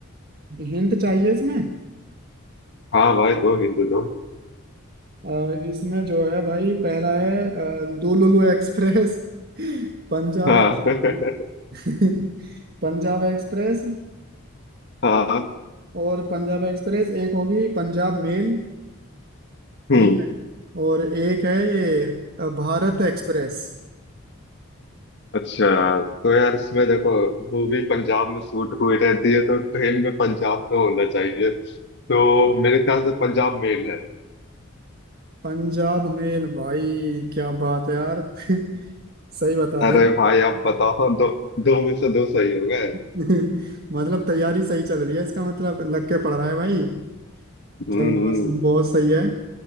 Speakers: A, on the right; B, on the left.
A: हिंट चाहिए इसमें
B: हाँ भाई दो हिंट दो
A: अ, इसमें जो है भाई पहला है अ, दुलुलु express Punjab
B: हाँ
A: x
B: <laughs>
A: <laughs> Punjab express
B: हाँ
A: और पंजाब एक्सप्रेस एक होगी पंजाब मेल
B: हम्म
A: ठीक है और एक है ये अ, भारत एक्सप्रेस
B: अच्छा तो यार इसमें देखो मूवी पंजाब में शूट हुई रहती है तो ट्रेन में पंजाब तो होना चाहिए तो मेरे ख्याल से पंजाब मेल है
A: पंजाब मेल भाई क्या बात है यार <laughs> सही बता
B: अरे
A: दिया
B: भाई आप बताओ दो दो में से दो सही हो गए
A: <laughs> मतलब तैयारी सही चल रही है इसका मतलब लग के पढ़ रहा है भाई
B: हम्म
A: चल बहुत
B: हम्म।
A: बहुत सही है